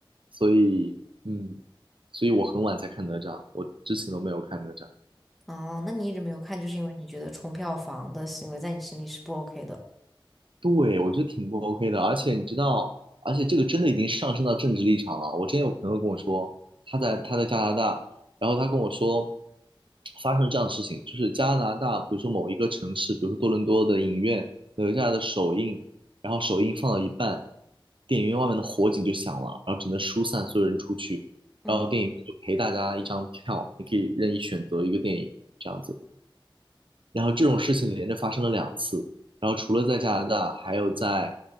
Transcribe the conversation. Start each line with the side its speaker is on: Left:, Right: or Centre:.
Right: 所以嗯，所以我很晚才看哪吒，我之前都没有看哪吒。
Centre: 哦，那你一直没有看，就是因为你觉得冲票房的行为在你心里是不 OK 的。
Right: 对，我觉得挺不 OK 的，而且你知道，而且这个真的已经上升到政治立场了。我之前有朋友跟我说，他在他在加拿大，然后他跟我说，发生这样的事情，就是加拿大，比如说某一个城市，比如说多伦多的影院，哪吒的首映，然后首映放到一半，电影院外面的火警就响了，然后只能疏散所有人出去，
Centre: 嗯，
Right: 然后电影院就赔大家一张票，你可以任意选择一个电影这样子。然后这种事情连着发生了两次，然后除了在加拿大，还有在